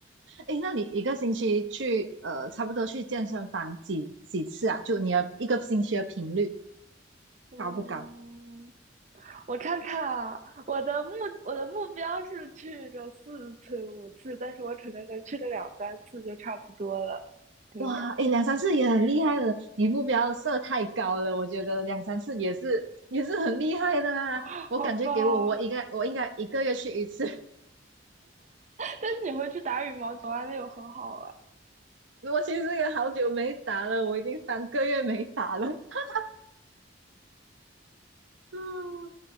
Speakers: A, on the right; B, on the right.
A: 诶，那你一个星期去呃，差不多去健身房几几次啊？就你的一个星期的频率
B: 嗯，
A: 高不高？
B: 我看看啊，我的目我的目标是去个四次五次，但是我可能能去个两三次就差不多了。对呀，
A: 哇，诶，两三次也很厉害了，你目标设太高了，我觉得两三次也是也是很厉害的啊。
B: <laughs>
A: 我感觉给我我应该我应该一个月去一次。
B: 好吧。但是你会去打羽毛球啊，那有很好啊。
A: 我其实也好久没打了，我已经三个月没打了。<laughs> 嗯，